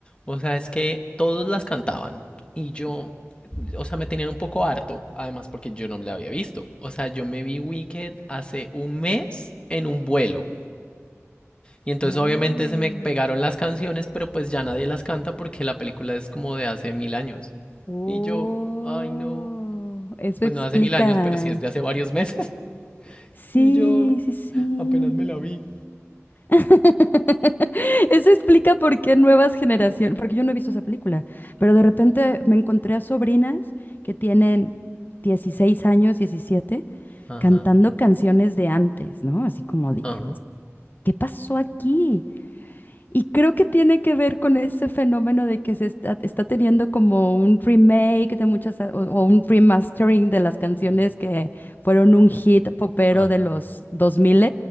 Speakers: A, on the left; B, on the left.
A: O sea, es que todos las cantaban y yo, o sea, me tenían un poco harto, además porque yo no la había visto. O sea, yo me vi Wicked hace un mes en un vuelo. Y entonces
B: Ah,
A: obviamente se me pegaron las canciones, pero pues ya nadie las canta porque la película es como de hace mil años.
B: oh,
A: Y yo, ay no,
B: eso
A: pues
B: explica.
A: no hace mil años, pero sí es de hace varios meses. <laughs>
B: Sí,
A: Y yo
B: sí, sí.
A: apenas me la vi.
B: <laughs> Eso explica por qué nuevas generaciones, porque yo no he visto esa película, pero de repente me encontré a sobrinas que tienen 16 años, 17,
A: Ajá.
B: cantando canciones de antes, ¿no? Así como dije,
A: Ah,
B: ¿qué pasó aquí? Y creo que tiene que ver con ese fenómeno de que se está, está teniendo como un remake de muchas, a- o, o un remastering de las canciones
A: y-
B: que fueron un hit popero
A: ajá.
B: de los 2000